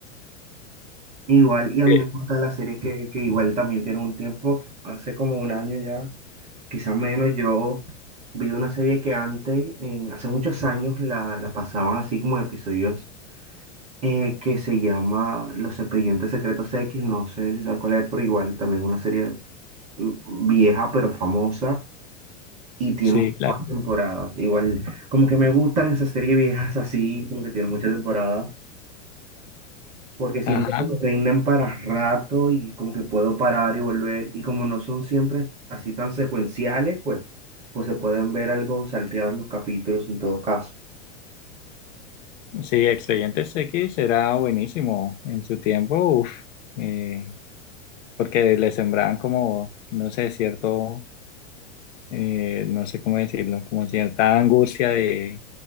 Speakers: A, on the right; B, on the left.
A: Igual, y a
B: Sí,
A: mí me gusta la serie que, que igual también tiene un tiempo, hace como un año ya, quizás menos, yo vi una serie que antes, en- hace muchos años, la, la pasaban así como episodios eh, que se llama Los Expedientes Secretos X, no sé si sabes cuál es, pero igual también es una serie mm, vieja pero famosa y tiene
B: sí,
A: muchas
B: claro.
A: temporadas. Igual, como que me gustan esas series viejas así, como que tienen muchas temporadas, porque siento
B: Ajá.
A: que me rinden para rato y como que puedo parar y volver y como no son siempre así tan secuenciales, pues, pues se pueden ver algo salteados los capítulos en todo caso.
B: Sí, Expedientes X era buenísimo en su tiempo. Uf, eh, porque le sembraban como, no sé, cierto, eh, no sé cómo decirlo, como cierta angustia de,